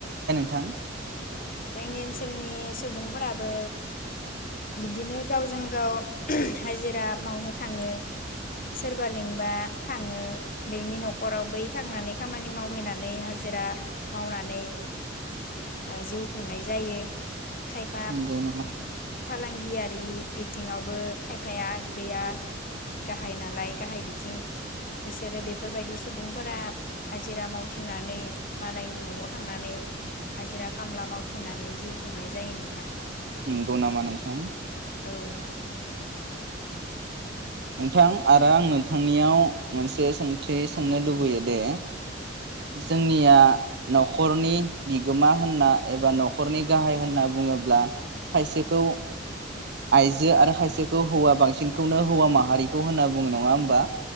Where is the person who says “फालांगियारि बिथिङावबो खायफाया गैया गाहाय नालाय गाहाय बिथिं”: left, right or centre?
Left